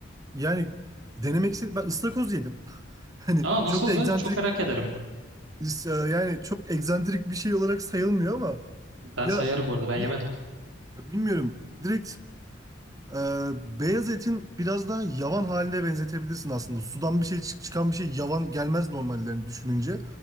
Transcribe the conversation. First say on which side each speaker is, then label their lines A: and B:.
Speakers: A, on the right (about 20°); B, on the right (about 85°).
A: yani denemek istedim. Ben ıstakoz yedim. <laughs> Hani
B: Aa nasıldı?
A: çok da egzantrik
B: Çok merak ederim.
A: is- e, yani çok egzantrik bir şey olarak sayılmıyor ama
B: Ben
A: ya
B: sayarım bu arada ben
A: bi-
B: yemedim.
A: bilmiyorum. Direkt Ee, beyaz etin biraz daha yavan haline benzetebilirsin aslında. Sudan bir şey çık- çıkan bir şey yavan gelmez normallerini düşününce.